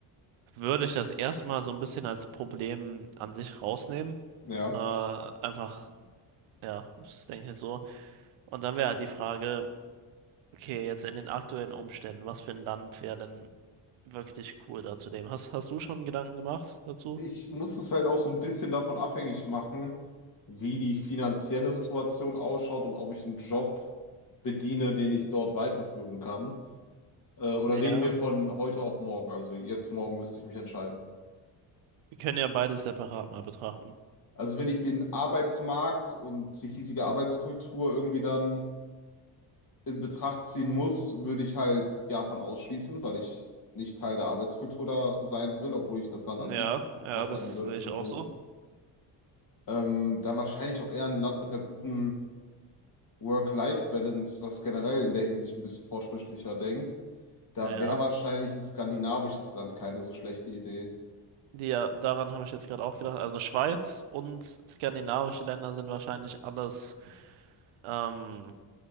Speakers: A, on the right (about 80°); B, on the left (about 40°).
A: würde ich das erstmal so ein bisschen als Problem an sich rausnehmen.
B: ja.
A: Äh, einfach, ja, das denke ich so. Und dann wäre halt die Frage. Okay, jetzt in den aktuellen Umständen, was für ein Land wäre denn wirklich cool da zu leben? Hast, hast du schon Gedanken gemacht dazu?
B: Ich muss es halt auch so ein bisschen davon abhängig machen, wie die finanzielle Situation ausschaut und ob ich einen Job bediene, den ich dort weiterführen kann. Äh, oder
A: Ja,
B: reden wir von heute auf morgen? Also jetzt morgen müsste ich mich entscheiden.
A: wir können ja beides separat mal betrachten.
B: Also wenn ich den Arbeitsmarkt und die hiesige Arbeitskultur irgendwie dann in Betracht ziehen muss, würde ich halt Japan ausschließen, weil ich nicht Teil der Arbeitskultur da sein will, obwohl ich das Land
A: Ja,
B: an sich
A: ja,
B: super fänden
A: das
B: würde
A: sehe
B: zum
A: ich auch
B: Wohnen.
A: so.
B: Ähm, dann wahrscheinlich auch eher ein Land mit einer guten Work-Life-Balance, was generell in der Hinsicht ein bisschen fortschrittlicher denkt. Da
A: Ja,
B: wäre wahrscheinlich ein skandinavisches Land keine so schlechte Idee.
A: die, ja, daran habe ich jetzt gerade auch gedacht. Also Schweiz und skandinavische Länder sind wahrscheinlich alles ähm,